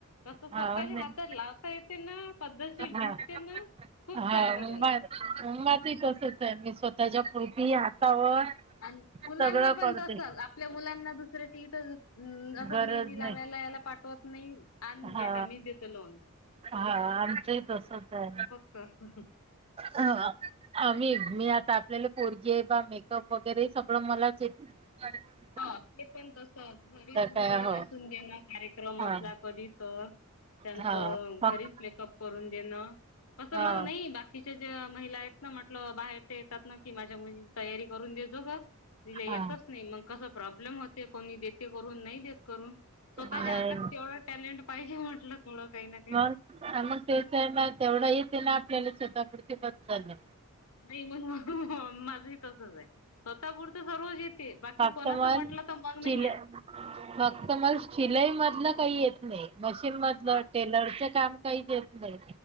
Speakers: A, on the left; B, on the right.
A: तसं स्वतःच्या
B: हा नाही
A: हातात लावता येते ना... पद्धशीर
B: हा
A: दिसते ना. खूप
B: हा
A: चांगलं
B: मग
A: झालं.
B: बास, माझं ही तसंच ए... मी स्वतःच्या पुर मी हातावर...
A: आणि मुलांना
B: सगळं
A: पण
B: करते.
A: तसंच आपल्या मुलांना दुसऱ्याच्या इथं हम्म... असं
B: गरज
A: मेहेंदी लावायला,
B: नाही
A: याला पाठवत नई.. आण
B: हा
A: बेटा मी देते लावून.
B: हा... आमचंही तसंच ए.
A: हं... हूंहूं... हं.
B: हूं हं. <unintelligible> मी आता आपल्याले पोरगी ये बा... मेकअप वगैरे सगळं मलाच येते. अरे बापरे
A: हा ते पण तसंच... घरीच
B: काय
A: लुगडं
B: हो
A: नेसून देणार... कार्यक्रम
B: हा
A: असला कधी तर त्यांच
B: हा फक्त
A: घरीच मेकअप करून देणं.... कसं
B: हा
A: ना नई बाकी- तिच्या ज्या महिला आहेत ना... म्हटलं बाहेर ते येतात ना की माझ्या मुलगीची तयारी करून देतो का? तिले
B: हा
A: येतच नई... मग कसा प्रॉब्लेम होते... कोणी देते करून... नई देत करून. स्वतःच्या
B: नाही
A: अंगात तेवढं टॅलेंट पाहिजे म्हटलं थोडं... काई ना काई.
B: मग मग तेच ए ना... तेवढा येते ना, आपल्याला स्वतःपुरती... बस झालं.
A: <unintelligible> माझंही तसंच ए... स्वतः पुुरत सर्वच ए बाकी
B: फक्त
A: कोणाचं
B: मग
A: म्हटलं तर मग नाई
B: शिलाई
A: येत.
B: फक्त मग शिलाई मधलं काही येत नाही. मशीन मधलं,
A: मा
B: टेलरचं काम काहीच येत नाई.